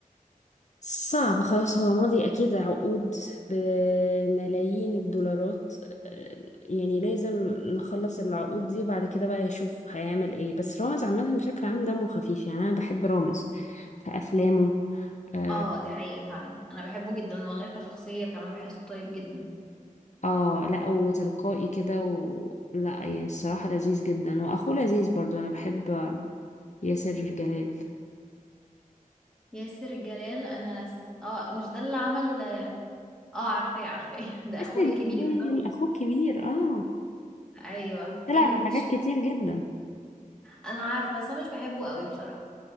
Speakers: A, on the left; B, in the centre.
A: صعب خلاص هو ماضي أكيد عقود بملايين الدولارات آه، يعني لازم نخلص العقود دي وبعد كده بقى يشوف هيعمل ايه بس رامز عامة بشكل عام دمه خفيف يعني أنا بحب رامز في أفلامه اه
B: اه دي حقيقة فعلا انا بحبه جدا والله كشخصية كمان بحسه طيب جدا
A: آه، لا وتلقائي كده و... لا يعني الصراحة لذيذ جدا وأخوه لذيذ برضو أنا بحب ياسر جلال
B: ياسر جلال انا ناس اه مش ده اللي عمل اه عارفاه عارفاه <laughs> ده
A: ياسر
B: اخوه الكبير
A: جلال
B: صح
A: أخوه كبير اه
B: ايوه
A: طلع
B: يعني مش
A: في حاجات كتير جدا
B: انا عارفه بس انا مش بحبه قوي بصراحه